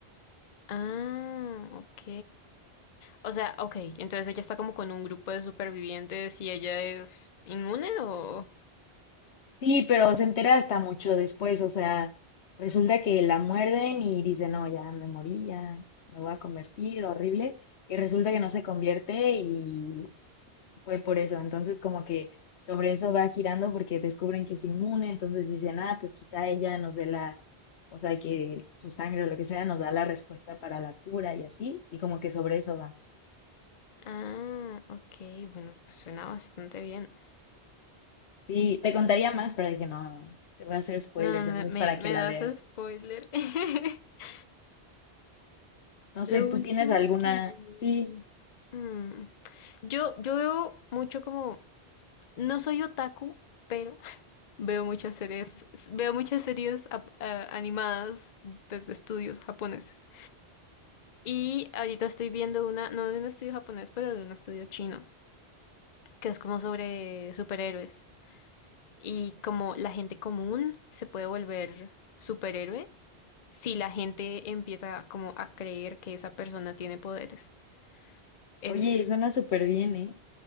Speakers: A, on the left; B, on the left.
A: Ah, ok. O sea, ok, entonces ella está como con un grupo de supervivientes y ella es inmune o...
B: Sí, pero se entera hasta mucho después, o sea, resulta que la muerden y dice, no, ya me morí, ya me voy a convertir, horrible, y resulta que no se convierte y fue por eso, entonces como que sobre eso va girando porque descubren que es inmune, entonces dicen, ah, pues quizá ella nos dé la, o sea, que su sangre o lo que sea nos da la respuesta para la cura y así, y como que sobre eso va.
A: Ah, ok, bueno, pues suena bastante bien.
B: Sí, te contaría más, pero dije, no, te voy a hacer spoilers,
A: No, me,
B: entonces
A: me,
B: para
A: me
B: que la
A: das
B: veas.
A: spoiler. <laughs>
B: No sé,
A: Lo
B: ¿tú
A: último
B: tienes alguna?
A: que yo
B: Sí,
A: vi... mm, Yo, yo veo mucho como... No soy otaku, pero <laughs> veo muchas series, veo muchas series ap- ah, animadas desde estudios japoneses. Y ahorita estoy viendo una, no de un estudio japonés, pero de un estudio chino, que es como sobre superhéroes. Y como la gente común se puede volver superhéroe si la gente empieza como a creer que esa persona tiene poderes. Es,
B: oye, suena súper bien, ¿eh?